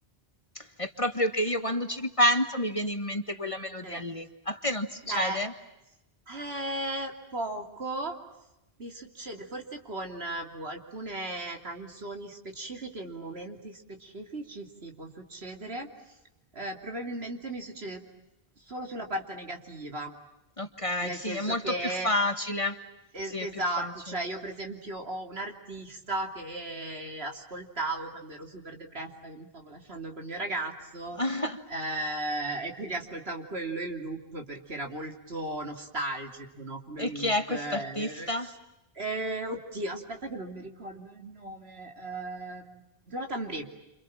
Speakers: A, on the left; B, on the right.
A: È proprio che io quando ci ripenso mi viene in mente quella melodia
B: Eh,
A: lì. A te non succede?
B: Beh, eh, poco mi succede, forse con eh, boh, alcune canzoni specifiche, in momenti specifici, sì, può succedere. Eh, probabilmente mi succede solo sulla parte negativa,
A: Ok,
B: nel
A: sì,
B: senso
A: è molto
B: che,
A: più facile.
B: es-
A: Sì, è
B: esatto,
A: più facile.
B: cioè io per esempio ho un artista che ascoltavo quando ero super depressa, che mi stavo lasciando col mio ragazzo.
A: <laughs>
B: Eh, e quindi ascoltavo quello in loop perché era molto nostalgico, no? Come
A: E
B: mood.
A: chi è quest'artista?
B: Eh, eh, oddio, aspetta che non mi ricordo il nome. Ehm, Jonathan Brie,